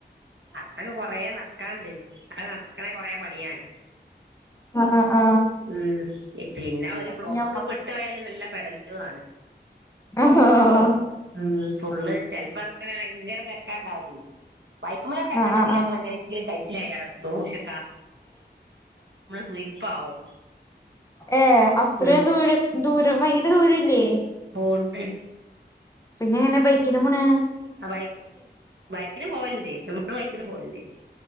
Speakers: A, on the right; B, on the left.
A: അതൊക്കെ കൊറേ നടക്കാണ്ട് അത് നടക്കണേ കൊറേ പണിയാണ്
B: അ ആ
A: ഉം പിന്നെ ഒരു
B: അ
A: ബ്ലോക്ക് പെട്ടോയാല് നല്ല പെടലുവാണ്
B: ഹ ഹ
A: മ് പുള്ള് ചെല്പ്പം അങ്ങനെ ഭയങ്കര തെ ക്കാണ്ടാവല് ബൈക്ക്മലൊക്കെ
B: ആഹ് ആഹ്
A: ആണെങ്കില്
B: ആഹ്
A: നമ്മള് എങ്ങനെങ്കിലും കയ് <unintelligible> സുയിപ്പാവും
B: ഏ അത്രയും
A: ഉം
B: ദൂരം ദൂരം ഭയങ്കര ദൂരല്ലേ
A: ഹോൺണ്ടെ
B: പിന്നെ എങ്ങനെ ബൈക്കിന് പൊണെ
A: ആ ബൈക്ക് ബൈക്കിന് പോവല്ണ്ട് നമ്മള് ബൈക്കിനും പോവല്ലേ